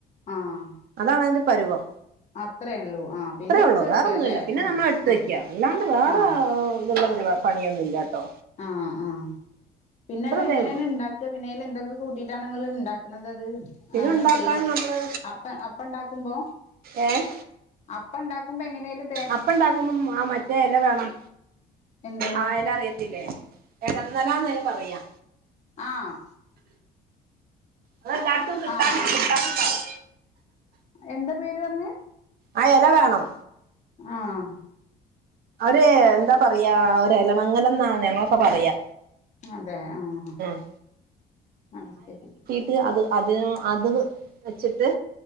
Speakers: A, on the left (about 40°); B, on the right (about 60°).
A: ആഹ്
B: അതാണ് അതിന്റെ പരുവം
A: അത്രേ ഉള്ളൂ ആഹ് പിന്നെ
B: അത്രേ
A: എടുത്ത്
B: ഒ ള്ളൂ
A: വെക്കുക
B: വേറൊന്നു
A: അല്ലേ
B: ഇല്ല പിന്നെ
A: ആഹ്
B: ഞമ്മളെട്ത്ത്
A: ആഹ്
B: വെക്കാ അല്ലാണ്ട് വേറേ
A: ആഹ്
B: എഹ് ഇത്ള്ള പരിവ പണിയൊന്നും ഇല്ലാട്ടോ
A: ആഹ് ആഹ് പിന്നെ അത് എങ്ങനേണ്
B: ഇതേ ഉള്ളൂ
A: ഇണ്ടാക്കാ പിന്നെ അയ്ല് എന്തെക്കെ കൂട്ടിയിട്ടാണ് ഇങ്ങള് ഇണ്ടാക്ക്ണത് അത്
B: പിന്നെ
A: അങ്ങനൊരു
B: ഉണ്ടാക്കാന്
A: ടേസ്റ്റ്
B: നമ്മള്
A: അപ്പ അപ്പം ഇണ്ടാക്കുമ്പോ
B: ഏഹ്
A: അപ്പം ഇണ്ടാക്കുമ്പൊ എങ്ങനേലും
B: അപ്പം ഇണ്ടാക്കുമ്പം ആ മറ്റേ എല വേണം
A: എന്ത്
B: ആ എല അറിയത്തില്ലേ എടന്നെലാന്നാ അയ്‌ന് പറയാ
A: ആഹ്
B: അതെല്ലായിടത്തും കിട്ടാൻ
A: ആഹ് അഹ്
B: കിട്ടാനുണ്ടാവും
A: എന്ത പേര് പർഞ്ഞ്
B: ആ എല വേണം
A: ആഹ്
B: അവ്ടെ എന്താ പറയാ ഒരെലമങ്ങലം ന്നാ ഞങ്ങളൊക്കെ പറയാ
A: അതെ ആഹ് ഹാ
B: ഉം
A: അത് ശരി
B: ത്ത് അത് അതിന് അത് വെ വെച്ച്ട്ട്